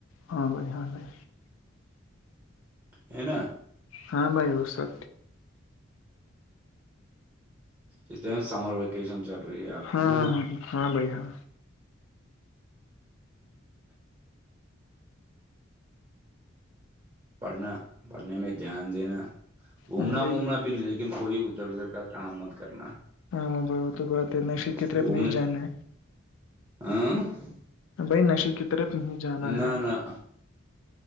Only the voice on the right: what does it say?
ہے نا
اسم سمر ویکیشن چل رہی ہے آپ کی
نا
پڑھنا پڑھنے میں دھیان دینا گھومنا
وومنا نہیں لیکن کوئی ادھر ادھر کا کام مت کرنا
گھومنے
ہاں
نہ
نہ